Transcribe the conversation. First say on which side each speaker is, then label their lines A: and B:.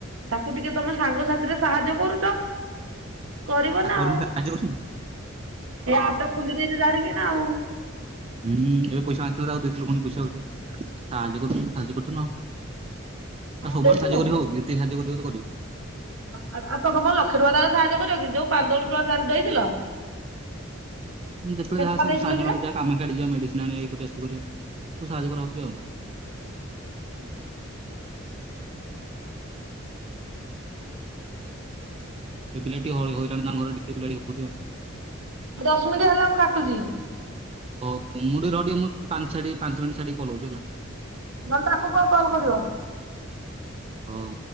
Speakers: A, on the right; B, on the right.
A: ତାକୁ ଟିକେ ତମେ ସାଙ୍ଗସାଥି ସେଥିରେ ସାହାଯ୍ୟ କରୁଛ। କରିବ ନା
B: କରୁନୁ
A: ଆଉ।
B: ସାହାଯ୍ୟ କରୁନୁ।
A: ଏ ଆପଟା ଖୋଲି ଦେଇଛି ଜାଣିକି ନା ଆଉ।
B: ହୁଁ ଏବେ ପଇସା ମାଗିଥିଲା ଦେଇଥିଲୁ ପୁଣି ପଇସା ଫଇସା ସାହାଯ୍ୟ କରୁଛୁ ସାହାଯ୍ୟ କରୁଛୁ ନା ଆଉ
A: ହଁ
B: ସବୁବେଳେ
A: ଦେଇଥିଲ
B: ସାହାଯ୍ୟ କରିହବ କି ଯେତିକି ସାହାଯ୍ୟ କରିବା କଥା କରିବୁ।
A: ହଁ ଆଉ ତମେ କଣ ଲଖେ ଟଙ୍କା ତାର ସାହାଯ୍ୟ କରିବ କି? ଯୋଉ ପାଞ୍ଚ ଦଶ ଟଙ୍କା ଦେଇଥିଲ।
B: ମୁଁ ଯେତେବେଳେ
A: କେତେ
B: ଯାହା
A: ଟଙ୍କା ଦେଇଥିଲ
B: ସାହାଯ୍ୟ
A: କିରେ
B: ମାଗୁଛି କାମ ଛାଡି ଯିବା ମେଡିସିନ ଆଣିବ ଇଏ କରିବ ସବୁ ସାହାଯ୍ୟ କରାହଉଛି ଆଉ
A: ହୁଁ ହୁଁ।
B: ସେଇ ପିଲାଟି ହଇରାଣ ହଉଛି <unintelligible>
A: ଦଶ ମିନିଟ୍ ହେଲା ମୁଁ କାଟୁଛି।
B: ହଉ ମୁଁ ଟିକେ ରହ ଟିକେ ମୁଁ ପାଞ୍ଚ ଛାଡ଼ି ପାଞ୍ଚ ମିନିଟ ଛାଡ଼ି କଲ କରୁଛି ହେଲା।
A: ନହେଲେ ତାକୁ କହ କଲ୍ କରିବ।
B: ହଉ।